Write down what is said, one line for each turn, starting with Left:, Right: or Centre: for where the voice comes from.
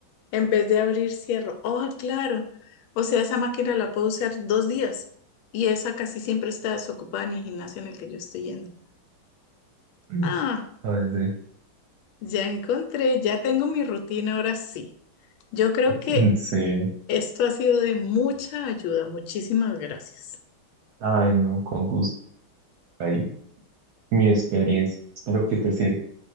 Left: En vez de abrir, cierro. Oh, claro. O sea, esa máquina la puedo usar dos días. Y esa casi siempre está desocupada en el gimnasio en el que yo estoy yendo.
Right: <clears throat>
Left: Ah,
Right: Ay, sí.
Left: ya encontré, ya tengo mi rutina ahora sí. Yo creo
Right: <laughs>
Left: que
Right: Sí.
Left: esto ha sido de mucha ayuda. Muchísimas gracias.
Right: Ay, no, con gusto. Ahí, mi experiencia. Espero que te sirva.